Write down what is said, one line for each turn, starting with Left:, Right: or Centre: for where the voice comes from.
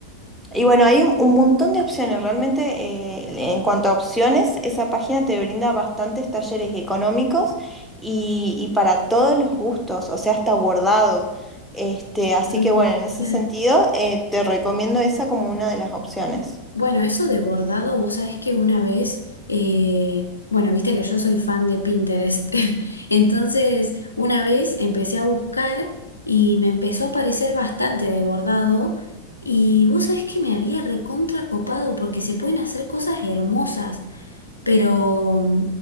Centre: y bueno, hay un, un montón de opciones. Realmente, eh, en cuanto a opciones, esa página te brinda bastantes talleres económicos y, y para todos los gustos, o sea, hasta bordado. Este, así
Left: Mm,
Centre: que bueno, en ese
Left: mirá.
Centre: sentido, eh, te recomiendo esa como una de las opciones.
Left: Bueno, eso de bordado, vos sabés que una vez, eh, bueno, viste que yo soy fan de Pinterest, <laughs> entonces una vez empecé a buscar y me empezó a parecer bastante de bordado y vos sabés que me había recontra copado porque se pueden hacer cosas hermosas pero mm,